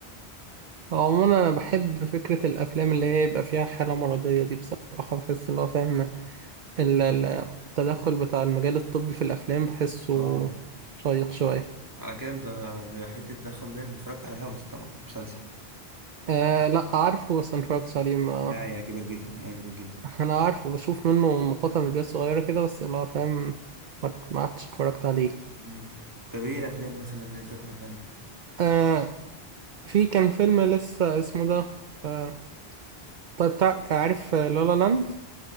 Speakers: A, on the right; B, on the right.
A: هو عموما انا بحب فكره الافلام اللي هي يبقى فيها حاله مرضيه دي بصراحه بحس اللي هو فاهم ال- ال- التدخل بتاع المجال الطبي في الافلام بحسه
B: اه
A: شيق شويه
B: على كده انت بحته تدخل ده أنت اتفرجت على هاوس طبعا مسلسل
A: آه لا عارفه بس ما اتفرجتش عليه ما
B: ده هيعجبك جدا هيعجبك جدا
A: <laughs> انا عارفه بشوف منه مقاطع فيديوهات صغيره كده بس اللي هو فاهم ما ما عدتش اتفرجت عليه
B: مم. طب ايه الافلام مثلا اللي انت اتفرجت عليها
A: آه في كان فيلم لسه اسمه ده آه، طيب بتاع عارف لا لا لاند